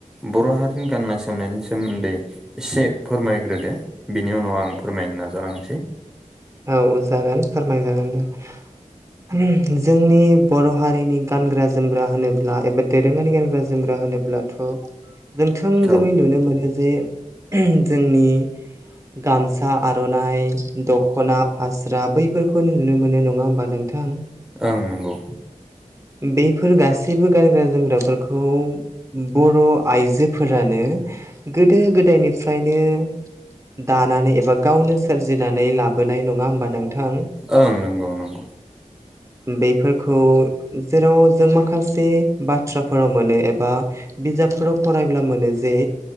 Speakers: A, in the centre; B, on the right.
A: बर' हारिनि गाननाय जोमनायनि सोमोन्दै एसे फोरमायग्रोदो बिनि उनाव आं फोरमायनो नाजालांनोसै
B: औ जागोन फोरमाय जागोन दे जोंनि बर' हारिनि गानग्रा जोमग्रा होनोब्ला एबा दोरोङारि गानग्रा जोमग्रा होनोब्लाथ' जों थोंजोङै
A: औ
B: नुनो मोनो जे जोंनि गामसा आर'नाइ द खना फास्रा बैफोरखौ नुनो मोनो नङा होमबा नोंथां
A: ओं नंगौ
B: बेफोर गासैबो गानग्रा जोमग्राफोरखौ बर' आइजोफोरानो गोदो गोदायनिफ्रायनो दानानै एबा गावनो सोरजिनानै लाबोनाय नङा होमबा नोंथां
A: ओं नंगौ नंगौ
B: बेफोरखौ जेराव जों माखासे बाथ्राफोराव मोनो एबा बिजाबफोराव फरायब्ला मोनो जे